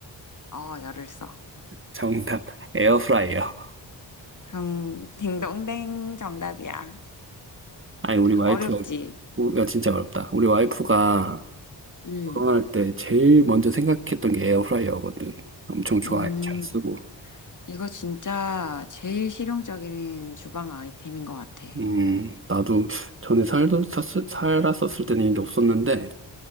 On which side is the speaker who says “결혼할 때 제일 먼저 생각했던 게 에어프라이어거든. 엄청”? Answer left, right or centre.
Right